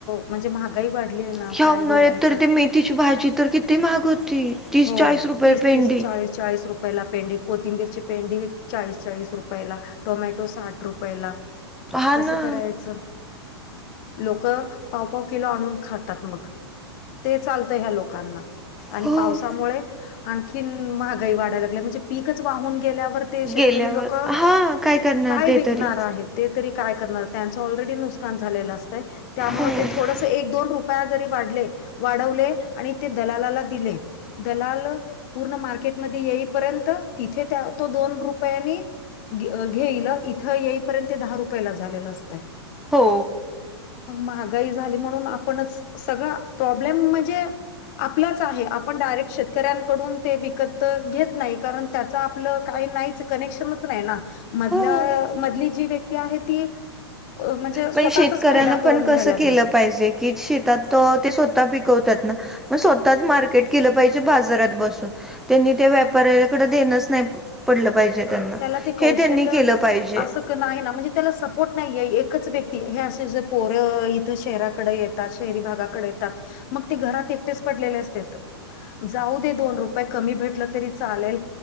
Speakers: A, on the left; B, in the centre.
A: म्हणजे महागाई वाढलीये ना.
B: ह्या
A: काय
B: उनळ्यात
A: बोलायचं
B: तर, ते मेथीची भाजी तर, किती महाग होती. तीस
A: हो.
B: चाळीस रुपये
A: तीस,
B: पेंडी
A: तीस, चाळीस, चाळीस रूप यला पेंडी. कोथिंबीर ची पेंडी चाळीस चाळीस रुपयाला. टोमॅटो साठ रुपयाला.
B: हा
A: कसं
B: ना
A: करायचं लोकं पाव-पाव किलो आणून खातात मग. ते चालतं ह्या लोकांना. आणि
B: हो
A: पावसामुळे आणखी महागाई वाढाय लागलीय. म्हणजे पीकच वाहून गेल्यावर ते शेतकरी
B: गेल्यावर
A: लोक,
B: हा करणार
A: काय
B: ते
A: विकणार
B: तरी
A: आहेत. ते तरी काय करणार. त्यांचं ऑलरेडी नुकसान झालेलं असतंय. त्यामुळे
B: हो
A: ते थोडस एक दोन रुपया जरी वाढले. वाढवले आणि ते दलालाला दिले. दलाल पूर्ण मार्केटमध्ये येईपर्यंत. तिथे त्या तो दोन रुपयांनी घेईल. इथं येईपर्यंत ते दहा रुपयेला झालेलं असतंय.
B: हो.
A: महागाई झाली म्हणून आपणच, सगळा प्रॉब्लेम म्हणजे आपलंच आहे. आपण डायरेक्ट शेतकऱ्यांकडून ते विकत घेत नाही. कारण त्याच आपलं काही नाहीच. कनेक्शनच नाही ना. मधल,
B: हो
A: मधली जी व्यक्ती आहे ती, म्हणजे स्वतःचाच
B: पण शेतकऱ्यांन
A: फायदा करून
B: पण कसं
A: घ्यायला लागले
B: केलं पाहिजे. की शेतात ते स्वतः पिकवतात ना. मग स्वतःच मार्केट केलं पाहिजे. बाजारात बसून. त्यांनी ते व्यापऱ्यालाकडे देणच नाही पडलं पाहिजे त्यांना.
A: त्याला ते कौशल्य
B: हे त्यांनी केलं पाहिजे.
A: असं नाही ना. म्हणजे त्याला सपोर्ट नाहीये. एकच व्यक्ती, हे अस जे पोर इथं शहराकडे येत ता शहरी भागाकडे येता. मग ते घरात एकटेच पडलेले असतेत. जाऊ दे दोन रुपये कमी भेटल तरी चालेल.